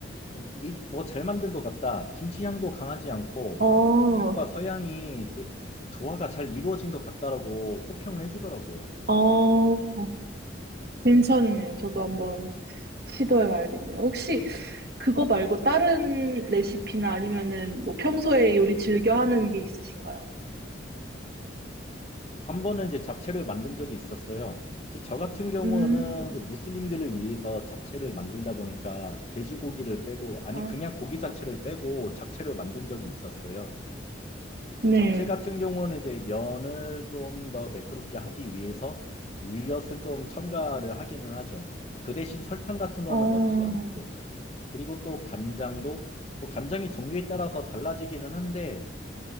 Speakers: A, on the left; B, on the right.
A: 뭐 그 이- 뭐, 잘 만든 것 같다. 김치 향도 강하지 않고
B: 어,
A: 동양과 서양이 그 조화가 잘 이루어진 것 같다라고 호평을 해주더라고요.
B: 어, 괜찮네요. 저도 한번 시도해 봐야겠네요. 혹시 그거 말고 다른 레시피나 아니면은 뭐 평소에 요리 즐겨 하는 게 있으신가요?
A: 한 번은 이제 잡채를 만든 적이 있었어요. 이제 저 같은 경우는
B: 음,
A: 이제 무슬림들을 위해서 잡채를 만들다 보니까 돼지고기를 빼고, 아니,
B: 아,
A: 그냥 고기 자체를
B: 아,
A: 빼고 잡채를 만든 적이 있었어요. 이제
B: 네.
A: 잡채 같은 경우는 이제 면을 좀 더 매끄럽게 하기 위해서 물엿을 좀 첨가를 하기는 하죠. 그 대신 설탕 같은 거는
B: 어,
A: 넣지 않고, 그리고 또 간장도, 뭐 간장이 종류에 따라서 달라지기는 한데,